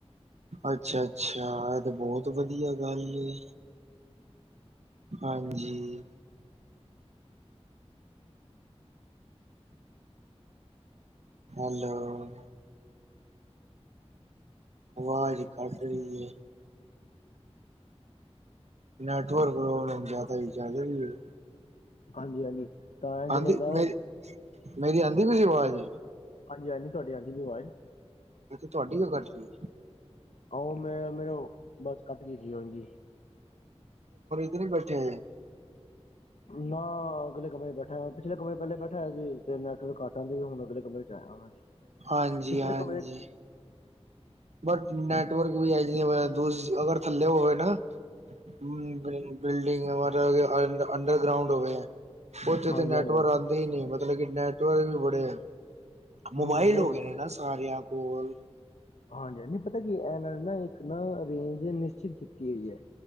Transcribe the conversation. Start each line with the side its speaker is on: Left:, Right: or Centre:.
Right: ਅੱਛਾ, ਅੱਛਾ ਇਹ ਤਾਂ ਬਹੁਤ ਵਧੀਆ ਗੱਲ ਏ। ਹਾਂਜੀ। ਹੈਲਓ ਆਵਾਜ਼ ਕਟ ਰਹੀ ਐ। ਨੈਟਵਰਕ ਪ੍ਰੋਬਲਮ ਜ਼ਿਆਦਾ ਹੀ ਚੱਲ ਰਈ ਏ।
Left: ਹਾਂਜੀ, ਹਾਂਜੀ ਤਾਂ ਇਝ
Right: ਆਂਦੀ
Left: ਲੱਗਦਾ
Right: ਮੇਰੀ ਮੇਰੀ ਆਂਦੀ ਪਈ ਸੀ ਆਵਾਜ਼?
Left: ਹਾਂਜੀ, ਹਾਂਜੀ ਤੁਹਾਡੀ ਹਾਂਦੀ ਪਈ ਆਵਾਜ਼!
Right: ਮੈਂ ਤੇ ਤੁਹਾਡੀ ਗਲ ਕੱਢ ਰਹੀ ਹ
Left: ਆਹੋ ਮੇ ਮੇਨ ਬੱਸ ਕੱਟ ਗਈ ਸੀ ।
Right: ਕਿ ਬੈਠੇ ਆ
Left: ਨਾ ਅਗਲੇ ਕਮਰੇ ਚ ਬੈਠਿਆ ਪਿਛਲੇ ਕਮਰੇ ਪਹਿਲੇ ਬੈਠਾ ਹੋਇਆ ਜੀ ਤੇ ਨੈਟਵਰਕ ਘਟ ਆਦੇ ਵੀ ਹੁਣ ਅਗਲੇ ਕਮਰੇ ਚ ਆਇਆ।
Right: ਹਾਂਜੀ-ਹਾਂਜੀ
Left: ਪਿਛਲੇ ਕਮਰੇ
Right: ਬਟ ਨੈਟਵਰਕ ਵੀ ਆ ਜਿ ਦੂਜ ਅਗਰ ਥੱਲੇ ਹੋਵੇ ਨਾ। ਹੂੰ ਬਿਲਡਿੰਗਮ ਅੰਡਰਗਰਾਊਂਡ ਹੋਵੇ। ਉੱਥੇ
Left: ਹਾਂਜੀ
Right: ਤਾਂ ਨੈੱਟਵਰਕ
Left: ਹਾਂਜੀ
Right: ਆਦੇ ਈ ਨਈ ਮਤਲਬ ਕਿ ਨੈਟਵਰਕ ਵੀ ਬੜੇ ਐ।
Left: ਹੂੰ
Right: ਮੋਬਾਈਲ
Left: ਬਹੁਤ
Right: ਹੋ ਗਏ ਨੇ ਨਾ ਸਾਰਿਆ ਕੋਲ।
Left: ਹਾਂਜੀ ਹ ਪਤਾ ਕੀ ਇਹਨਾਂ ਨਾ ਇੱਕ ਨਾ ਰੇਂਜ ਨਿਸ਼ਚਿਤ ਕੀਤੀ ਹੋਈ ਐ।